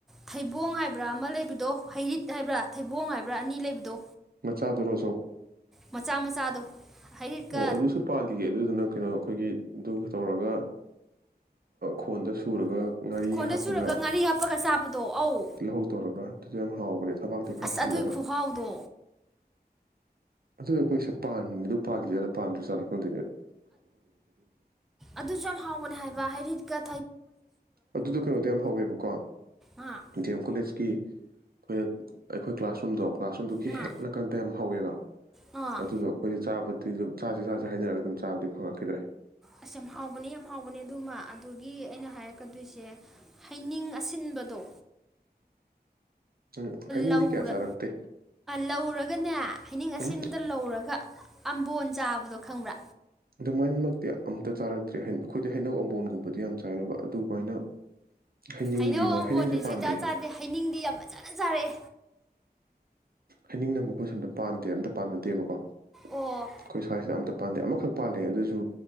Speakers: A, in the centre; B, on the right.
A: ꯊꯩꯕꯣꯡ ꯍꯥꯏꯕ꯭ꯔꯥ ꯑꯃ ꯂꯩꯕꯗꯣ ꯍꯩꯔꯤꯠ ꯍꯥꯏꯕ꯭ꯔꯥ ꯊꯩꯕꯣꯡ ꯍꯥꯏꯕ꯭ꯔꯥ ꯑꯅꯤ ꯂꯩꯕꯗꯣ
B: ꯃꯆꯥꯥ ꯑꯗꯨ ꯔꯣ
A: ꯃꯆꯥ ꯃꯆꯥꯗꯣ ꯍꯩꯔꯤꯠꯀ
B: ꯑꯣ ꯑꯗꯨꯁꯨ ꯄꯥꯜꯂꯤꯒꯦ ꯑꯗꯨꯗꯨꯅ ꯀꯩꯅꯣ ꯑꯩꯈꯣꯏꯒꯤꯗꯨ ꯇꯧꯔꯒ ꯈꯣꯟꯗ ꯁꯨꯔꯒ ꯉꯥꯔꯤ
A: ꯈꯣꯟꯗ
B: ꯍꯥꯞꯄꯒ
A: ꯆꯨꯔꯒ ꯉꯥꯔꯤ ꯍꯥꯞꯄꯒ ꯆꯥꯕꯗꯣ ꯑꯧ
B: ꯇꯤꯜꯍꯧ ꯇꯧꯔꯒ ꯑꯗꯨꯗꯣ ꯌꯥꯝ ꯍꯥꯎꯕ ꯊꯕꯛꯇꯤ ꯈꯔ
A: ꯑꯁ
B: ꯐꯨꯜꯂꯒ
A: ꯑꯗꯨꯏ ꯈꯨꯍꯥꯎꯗꯣ
B: ꯑꯗꯨꯗꯣ ꯑꯩꯈꯣꯏꯁꯤꯗ ꯄꯥꯟꯕꯅꯤ ꯑꯗꯨ ꯄꯥꯟꯜꯂꯤ ꯆꯠꯂ ꯄꯥꯟꯗ꯭ꯔ ꯆꯠꯂ ꯈꯪ
A: ꯑꯗꯨꯁꯨ ꯌꯥꯝ ꯍꯥꯎꯒꯅꯤ ꯍꯥꯏꯕ ꯍꯥꯏꯔꯤꯠꯀ
B: ꯑꯗꯨꯗꯣ ꯀꯩꯅꯣꯗꯤ ꯌꯥꯝ ꯍꯧꯋꯦꯕꯀꯣ
A: ꯉꯥ
B: ꯗꯤ ꯑꯦꯝ ꯀꯣꯂꯦꯖꯀꯤ ꯑꯩꯈꯣꯏꯅ ꯑꯩꯈꯣꯏ ꯀ꯭ꯂꯥꯁꯔꯨꯝꯗꯣ ꯀ꯭ꯂꯥꯁꯔꯨꯝꯗꯨꯒꯤ
A: ꯉꯥ
B: ꯍꯦꯛ ꯅꯥꯀꯟꯗ ꯌꯥꯝ ꯍꯧꯋꯦꯕ
A: ꯑꯥ
B: ꯃꯗꯨꯗꯣ ꯑꯩꯈꯣꯏꯗ ꯆꯥꯕ ꯑꯗꯨ ꯑꯗꯨꯝ ꯆꯥꯁꯦ ꯆꯥꯁꯦ ꯍꯩꯅꯔꯒ ꯑꯗꯨꯝ ꯆꯥꯕꯗꯤ ꯐꯪꯉꯛꯈꯤꯗ꯭ꯔꯦ
A: ꯑꯁ ꯌꯥꯝ ꯍꯥꯎꯕꯅꯦ ꯌꯥꯝ ꯍꯥꯎꯕꯅꯦ ꯑꯗꯨꯃ ꯑꯗꯨꯒꯤ ꯑꯩꯅ ꯍꯥꯏꯔꯛꯀꯗꯣꯏꯁꯦ ꯍꯩꯅꯤꯡ ꯑꯁꯤꯟ ꯕꯗꯣ
B: ꯎꯝ ꯍꯩꯅꯤꯡꯗꯤ
A: ꯂꯧꯔ
B: ꯀꯌꯥ ꯆꯥꯔꯛꯇꯦ
A: ꯂꯧꯔꯒꯅꯦ ꯍꯩꯅꯤꯡ
B: ꯎꯝ
A: ꯑꯁꯦꯟꯕꯗꯤ ꯂꯧꯔꯒ ꯑꯝꯕꯣꯟ ꯆꯥꯕꯗꯣ ꯈꯪꯕ꯭ꯔꯥ
B: ꯑꯗꯨꯃꯥꯏꯅꯃꯛꯇꯤ ꯑꯝꯇ ꯆꯥꯔꯛꯇ꯭ꯔꯦ ꯑꯩꯈꯣꯏꯗꯤ ꯍꯩꯅꯧ ꯑꯝꯕꯣꯟꯒꯨꯝꯕꯗꯤ ꯌꯥꯝ ꯆꯥꯏ ꯑꯗꯨꯒ ꯑꯗꯨꯃꯥꯏꯅ ꯍꯩꯅꯤꯡꯒꯤ
A: ꯍꯩꯅꯧ
B: ꯋꯥ
A: ꯑꯃꯝꯕꯣꯟꯗꯤ
B: ꯍꯩꯅꯤꯡꯁꯦ ꯄꯥꯟꯗꯦ
A: ꯁꯨꯡꯆꯥꯥ ꯆꯥꯗꯦ ꯍꯩꯅꯤꯡꯗꯤ ꯌꯥꯝ ꯐꯖꯅ ꯆꯥꯔꯛꯑꯦ
B: ꯍꯥꯏꯅꯤꯡꯅ ꯑꯃꯨꯛ ꯑꯩꯈꯣꯏ ꯁꯣꯝꯗ ꯄꯥꯟꯗꯦ ꯑꯝꯇ ꯄꯥꯟꯅꯗꯦꯕꯀꯣ ꯑꯩꯈꯣꯏ
A: ꯑꯣ
B: ꯁ꯭ꯋꯥꯏꯁꯤꯗ ꯑꯝꯇ ꯄꯥꯟꯗꯦ ꯑꯃꯈꯛ ꯄꯥꯜꯂꯦ ꯑꯗꯨꯁꯨ